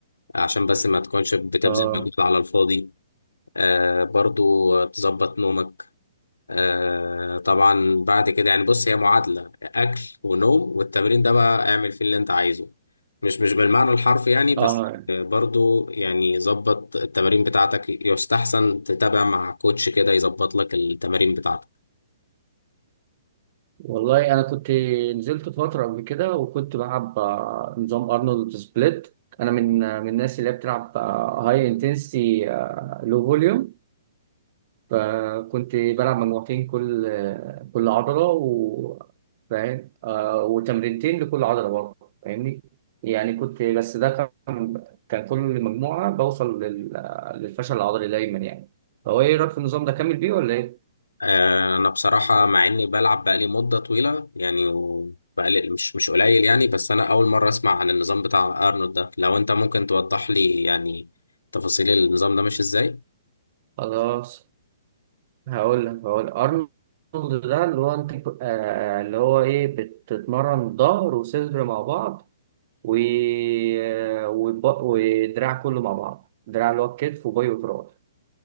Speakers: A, on the left; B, on the right.
A: عشان بس ما تكونش بتبذل
B: اه
A: مجهود على الفاضي أه برضو تظبط نومك آه طبعا بعد كده يعني بص هي معادلة أكل ونوم والتمرين ده بقى اعمل فيه اللي أنت عايزه مش مش بالمعنى الحرفي يعني بس
B: اه
A: آه، برضو يعني ظبط التمارين بتاعتك يستحسن تتابع مع كوتش كده يظبط لك التمارين بتاعتك
B: والله انا كنت نزلت فتره قبل كده وكنت بلعب آه، نظام ارنولد سبليت انا من آه، من الناس اللي هي بتلعب هاي انتنسي لو فوليوم فكنت بلعب مجموعتين كل آه، كل عضله و فاهم آه، وتمرينتين لكل عضله برضه فاهمني يعني كنت بس ده كان كان كل مجموعه بوصل لل- آه، للفشل العضلي دايما يعني فهو ايه رايك في النظام ده كامل بيه ولا ايه
A: آه أنا بصراحة مع إني بلعب بقالي مدة طويلة يعني وبقالي مش مش قليل يعني بس أنا أول مرة أسمع عن النظام بتاع أرنولد ده لو أنت ممكن توضح لي يعني تفاصيل النظام ده ماشي إزاي
B: خلاص هقول لك هقول لك. ارنولد ده اللي هو انت آه آه، اللي هو ايه بتتمرن ظهر وصدر مع بعض و... آه، وب- ودراع كله مع بعض دراع اللي هو الكتف وباي وتراي